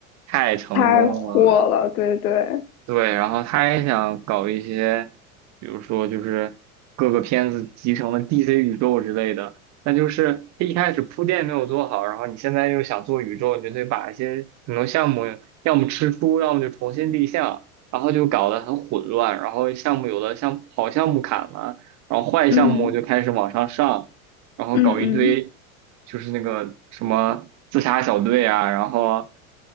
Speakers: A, on the right (about 40°); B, on the left (about 75°).
A: 太成功了，
B: 太火了，对对，
A: 对，然后他也想搞一些，比如说就是各个片子集成了 DC 宇宙之类的，那就是他一开始铺垫没有做好，然后你现在又想做宇宙，你就得把一些很多项目要么吃书，要么就重新立项，然后就搞得很混乱，然后项目有的像好项目砍了，然后坏项目就开始往上上，
B: 嗯
A: 然后搞一堆
B: 嗯嗯
A: 就是那个什么自杀小队啊，然后